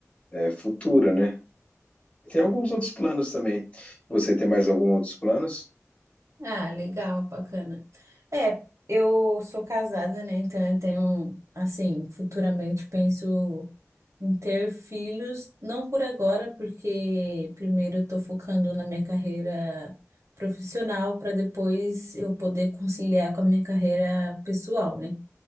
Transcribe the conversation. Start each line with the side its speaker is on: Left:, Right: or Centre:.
Left: é, futura, né? Tem alguns outros planos também. Você tem mais alguns outros planos?
Right: Ah, legal, bacana. É, eu sou casada, né? Então eu tenho, assim, futuramente penso em ter filhos, não por agora, porque primeiro eu tô focando na minha carreira profissional para depois eu poder conciliar com a minha carreira pessoal, né?